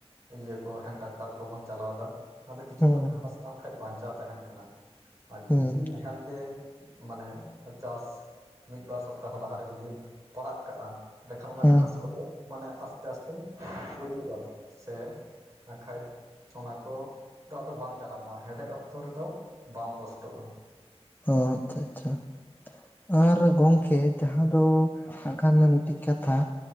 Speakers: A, on the right; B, on the left.
A: ᱤᱭᱟᱹ ᱠᱚ ᱦᱮᱱ ᱴᱨᱟᱠᱴᱟᱨ ᱠᱚᱵᱚᱱ ᱪᱟᱞᱟᱣ ᱮᱫᱟ ᱟᱫᱚ ᱠᱤᱪᱷᱩ
B: ᱦᱩᱸ
A: ᱜᱟᱱ ᱜᱷᱟᱥ ᱵᱟᱢ ᱠᱷᱟᱱ ᱵᱟᱧᱪᱟᱣ ᱛᱟᱦᱮᱱ ᱠᱟᱱᱟ ᱟᱨ
B: ᱦᱩᱸ
A: ᱡᱩᱫᱤ ᱱᱟ ᱦᱮᱞ ᱛᱮ ᱢᱟᱱᱮ ᱪᱟᱥ ᱢᱤᱫ ᱵᱟᱨ ᱥᱚᱯᱛᱟᱦᱚ ᱞᱟᱦᱟᱨᱮ ᱡᱩᱫᱤᱢ ᱯᱟᱲᱟᱜ ᱠᱟᱜᱼᱟ ᱮᱸᱰᱮᱠᱷᱟᱱ ᱚᱱᱟ
B: ᱦᱩᱸ
A: ᱜᱷᱟᱸᱥ ᱠᱚᱫᱚ ᱢᱟᱱᱮ ᱟᱥ ᱪᱟᱥᱛᱮ ᱜᱩᱡᱩᱜᱼᱟ ᱥᱮ ᱟᱠᱷᱟᱡ ᱚᱱᱟ ᱠᱚ ᱟᱫᱚ ᱵᱟᱝ ᱡᱟᱱᱟᱢᱚᱜᱼᱟ ᱦᱮᱰᱮᱫ ᱚᱠᱛᱚ ᱨᱮᱫᱚ ᱵᱟᱝ ᱠᱚᱥᱴᱚᱜᱼᱟ᱾
B: ᱟᱪᱪᱷᱟ ᱟᱪᱪᱷᱟ ᱟᱨ ᱜᱚᱝᱠᱮ ᱡᱟᱦᱟᱸ ᱫᱚ ᱟᱨᱠᱷᱮ ᱢᱤᱫᱴᱤᱠ ᱠᱟᱛᱷᱟ